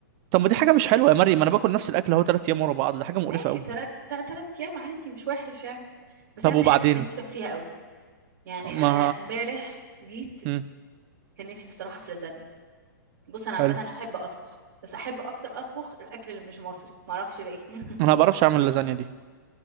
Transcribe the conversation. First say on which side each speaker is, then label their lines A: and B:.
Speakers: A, on the right; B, on the right.
A: طب ما دي حاجه مش حلوه يا مريم ما انا باكل نفس الاكل اهو 3 ايام ورا بعض ده حاجه مقرفه
B: ماشي
A: قوي
B: تلات تلات تلات ايام عادي مش وحش يعني بس
A: طب
B: اعمل
A: وبعدين
B: حاجه انت نفسك فيها قوي يعني
A: ما
B: انا امبارح جيت
A: مم.
B: كان نفسي الصراحة في لازانيا بص انا عامة
A: حلو
B: انا احب اطبخ بس احب اكتر اطبخ الاكل اللي مش مصري معرفش ليه <laughs>
A: انا ما بعرفش اعمل اللازانيا دي